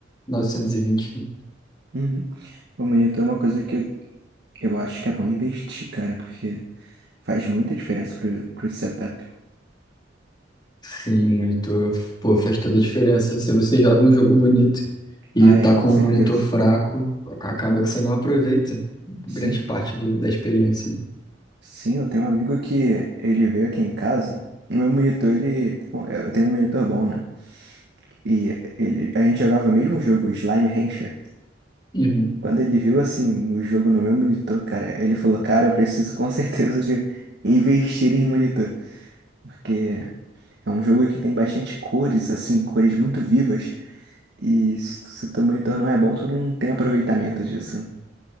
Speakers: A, on the left (about 25°); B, on the right (about 60°).
A: 920. né?
B: Uhum. Bom, mas então é uma coisa que eu, eu acho que é bom investir, cara, porque faz muita diferença pro, pro setup.
A: Sim, o monitor, pô, faz toda a diferença. Se você joga um jogo bonito e
B: Ah,
A: tá
B: é, com
A: com
B: certeza.
A: um monitor fraco, acaba que você não aproveita grande
B: Sim.
A: parte do- da experiência.
B: Sim, eu tenho um amigo que ele veio aqui em casa. O meu monitor, ele. Eu tenho um monitor bom, né? E ele... a gente jogava o mesmo jogo, Slime Rancher.
A: Uhum.
B: Quando ele viu, assim, o jogo no meu monitor, cara, ele falou: Cara, eu preciso com <laughs> certeza de investir em monitor. Porque é um jogo que tem bastante cores, assim, cores muito vivas. E se se o teu monitor não é bom, tu não tem aproveitamento disso.